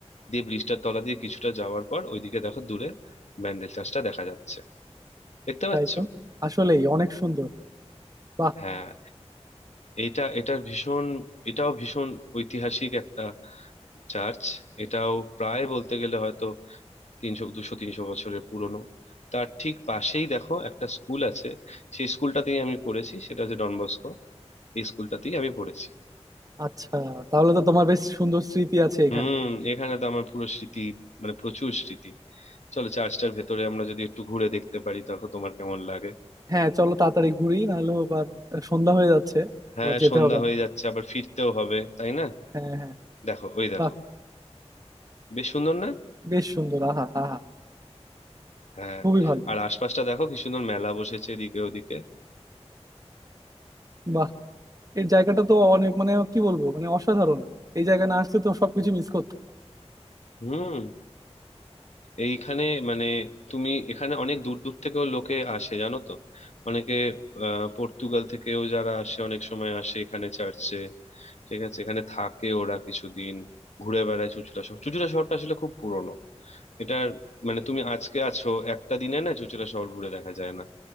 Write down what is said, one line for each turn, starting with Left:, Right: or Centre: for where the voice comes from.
Left: দিয়ে ব্রিজটার তলা দিয়ে কিছুটা যাওয়ার পর ওইদিকে দেখো দূরে ব্যান্ডেল চার্চটা দেখা যাচ্ছে দেখতে
Right: তাই
Left: পাচ্ছ
Right: তো আসলেই অনেক সুন্দর বাহ
Left: হ্যাঁ এটা এটার ভীষণ এটাও ভীষণ ঐতিহাসিক একটা চার্চ এটাও প্রায় বলতে গেলে হয়তো তিনশো দুশো তিনশো বছরের পুরনো তার ঠিক পাশেই দেখো একটা স্কুল আছে সেই স্কুলটাতেই আমি পড়েছি সেটা হচ্ছে ডনবস্কো এই স্কুলটাতেই আমি পড়েছি
Right: আচ্ছা তাহলে তো তোমার বেশ সুন্দর স্মৃতি আছে এখানে
Left: হুম এখানে তো আমার পুরো স্মৃতি মানে প্রচুর স্মৃতি চলো চার্চটার ভেতরে আমরা যদি একটু ঘুরে দেখতে পারি তখন তোমার কেমন লাগে
Right: হ্যাঁ চলো তাড়াতাড়ি ঘুরি নাহলে আবার সন্ধ্যা হয়ে যাচ্ছে
Left: হ্যাঁ
Right: আবার যেতে
Left: সন্ধ্যা
Right: হবে আমার
Left: হয়ে যাচ্ছে আবার ফিরতেও হবে তাই না
Right: হ্যাঁ হ্যাঁ
Left: দেখো ওই দেখো
Right: বাহ
Left: বেশ সুন্দর না
Right: বেশ সুন্দর আহা আহা
Left: হ্যাঁ
Right: খুবই ভালো
Left: আর আশপাশটা দেখো কি সুন্দর মেলা বসেছে এদিকে ওদিকে
Right: বাহ এর জায়গাটা তো অনেক মানে কি বলবো মানে অসাধারণ এই জায়গায় না আসলে তো সবকিছু
Left: হুম
Right: মিস করতাম
Left: হুম, এইখানে মানে তুমি এখানে অনেক দূর দূর থেকেও লোকে আসে জানো তো অনেকে আহ পর্তুগাল থেকেও যারা আসে অনেক সময় আসে এখানে চার্চে ঠিক আছে এখানে থাকে ওরা কিছুদিন ঘুরে বেড়ায় চুঁচুড়া শহর চুঁচুড়া শহরটা আসলে খুব পুরনো এটার মানে তুমি আজকে আছো একটা দিনে না চুঁচুড়া শহর ঘুরে দেখা যায় না